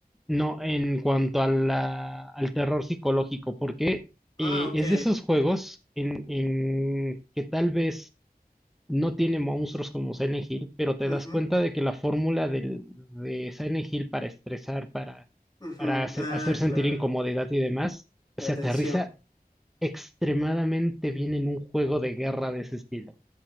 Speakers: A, in the centre; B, on the left (about 25°).
A: No, en cuanto a la- al terror psicológico, porque
B: Ah,
A: eh,
B: ok.
A: es de esos juegos en, en que tal vez no tiene monstruos como Silent Hill, pero te
B: Ujú,
A: das cuenta de que la fórmula del- de Silent Hill para estresar, para,
B: ujú.
A: para hace-
B: Ah,
A: hacer sentir
B: claro.
A: incomodidad y demás,
B: La
A: se
B: atención.
A: aterriza extremadamente bien en un juego de guerra de ese estilo.